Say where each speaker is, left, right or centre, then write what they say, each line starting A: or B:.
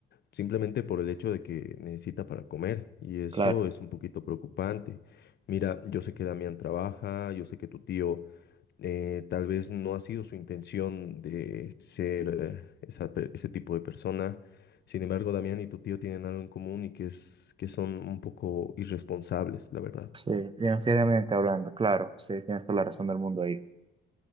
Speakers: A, on the left (about 60°); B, on the right (about 25°).
A: simplemente por el hecho de que necesita para comer. Y eso
B: Claro,
A: es un poquito preocupante. Mira, yo sé que Damián trabaja, yo sé que tu tío eh, tal vez no ha sido su intención de ser eh, esa per- ese tipo de persona. Sin embargo, Damián y tu tío tienen algo en común y que es que son un poco irresponsables, la verdad.
B: sí, financieramente hablando, claro, sí, tienes toda la razón del mundo ahí.